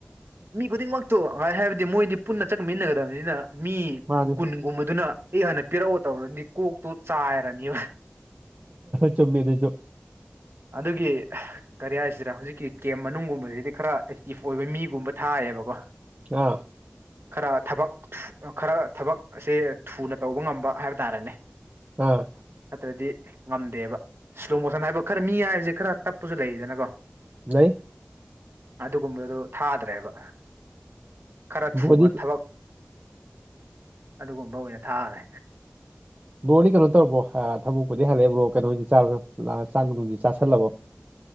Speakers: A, on the right; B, on the right.
A: ꯃꯤ ꯈꯨꯗꯤꯡꯃꯛꯇꯣ ꯉꯥꯏ ꯍꯥꯏꯕꯗꯤ ꯃꯣꯏꯗꯤ ꯄꯨꯟꯅ ꯆꯠꯃꯤꯟꯅꯒꯗꯕꯅꯤꯅ ꯃꯤ
B: ꯃꯥꯅꯦ
A: ꯀꯨꯟꯒꯨꯝꯕꯗꯨꯅ ꯑꯩ ꯍꯥꯟꯅ ꯄꯤꯔꯛꯎ ꯇꯧꯔꯗꯤ ꯀꯣꯛꯇꯨ ꯆꯥꯏꯔꯅꯤꯕ
B: ꯆꯨꯝꯃꯤꯗꯁꯨ
A: ꯑꯗꯨꯒꯤ ꯀꯔꯤ ꯍꯥꯏꯁꯤꯔ ꯍꯧꯖꯤꯛꯀꯤ ꯀꯦꯝ ꯃꯅꯨꯡꯒꯨꯝꯕꯁꯤꯗꯤ ꯈꯔ ꯑꯦꯛꯇꯤꯞ ꯑꯣꯏꯕ ꯃꯤꯒꯨꯝꯕ ꯊꯥꯏꯌꯦꯕꯀꯣ
B: ꯑꯥ
A: ꯈꯔ ꯊꯕꯛ ꯈꯔ ꯊꯕꯛ ꯑꯁꯦ ꯊꯨꯅ ꯇꯧꯕ ꯉꯝꯕ ꯍꯥꯏꯕ ꯇꯥꯔꯦꯅꯦ
B: ꯑꯥ
A: ꯅꯠꯇ꯭ꯔꯗꯤ ꯉꯝꯗꯦꯕ ꯏꯁ꯭ꯂꯣ ꯃꯣꯁꯟ ꯍꯥꯏꯕ ꯈꯔ ꯃꯤ ꯍꯥꯏꯕꯁꯦ ꯈꯔ ꯇꯞꯄꯁꯨ ꯂꯩꯔꯤꯗꯅꯀꯣ
B: ꯅ
A: ꯑꯗꯨꯒꯨꯝꯕꯗꯨꯣ ꯊꯥꯗ꯭ꯔꯦꯕ ꯈꯔ ꯊꯨꯕ
B: ꯕ꯭ꯔꯣꯗꯤ
A: ꯊꯕꯛ ꯑꯗꯨꯒꯨꯝꯕ ꯑꯣꯏꯅ ꯊꯥꯈꯔꯦ
B: ꯕ꯭ꯔꯣꯗꯤ ꯀꯩꯅꯣ ꯇꯧꯔꯕꯣ ꯊꯕꯛꯄꯨꯗꯤ ꯍꯜꯂꯛꯑꯦ ꯕ꯭ꯔꯣ ꯀꯩꯅꯣꯅꯤ ꯆꯥꯔ ꯆꯥꯛ ꯅꯨꯡꯗꯤ ꯆꯥꯥꯁꯜꯂꯕꯣ <inaudible>